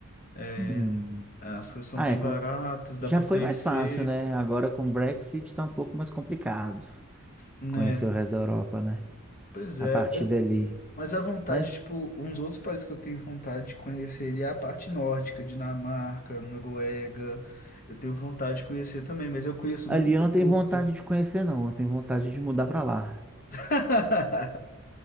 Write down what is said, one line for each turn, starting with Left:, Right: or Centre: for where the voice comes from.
Left: É,
Centre: Hum.
Left: as coisas são
Centre: Ah,
Left: bem
Centre: é, com-
Left: baratas, dá
Centre: Já
Left: para
Centre: foi
Left: conhecer,
Centre: mais fácil, né? Agora com o Brexit tá um pouco mais complicado
Left: né?
Centre: conhecer o resto da Europa, né?
Left: Pois
Centre: A
Left: é,
Centre: partir
Left: eu-
Centre: dali.
Left: mas a vontade,
Centre: Mas
Left: tipo, uns outros países que eu tenho vontade de conhecer é a parte nórdica, Dinamarca, Noruega, eu tenho vontade de conhecer também, mas eu conheço
Centre: ali
Left: muito
Centre: eu não
Left: pouco.
Centre: tenho vontade de conhecer, não. Eu tenho vontade de mudar pra lá,
Left: <laughs>